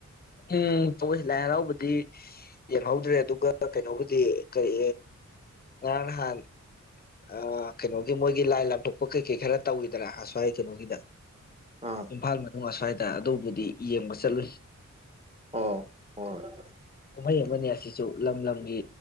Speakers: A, on the left; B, on the right.
A: ꯎꯝ ꯄꯁꯤ ꯂꯥꯏ ꯍꯔꯥꯎꯕꯗꯤ ꯌꯦꯡꯍꯧꯗ꯭ꯔꯦ ꯑꯗꯨꯒ ꯀꯩꯅꯣꯕꯨꯗꯤ ꯀꯔꯤ ꯔꯥꯟꯍꯥꯟ ꯑ ꯀꯩꯅꯣꯒꯤ ꯃꯣꯏꯒꯤ ꯂꯥꯏ ꯂꯥꯝꯊꯣꯛꯄ ꯀꯩ ꯀꯩ ꯈꯔ ꯇꯧꯏꯗꯔ ꯑꯁ꯭ꯋꯥꯏ ꯀꯩꯅꯣꯒꯤꯗ
B: ꯑꯥ
A: ꯏꯝꯐꯥꯜ ꯃꯅꯨꯡ ꯑꯁ꯭ꯋꯥꯏꯗ ꯑꯗꯨꯕꯨꯗꯤ ꯌꯦꯡꯕ ꯆꯠꯂꯨꯏ
B: ꯑꯣ ꯍꯣꯏ
A: ꯀꯨꯝꯍꯩ ꯑꯃꯅꯤ ꯑꯁꯤꯁꯨ ꯂꯝ ꯂꯝꯒꯤ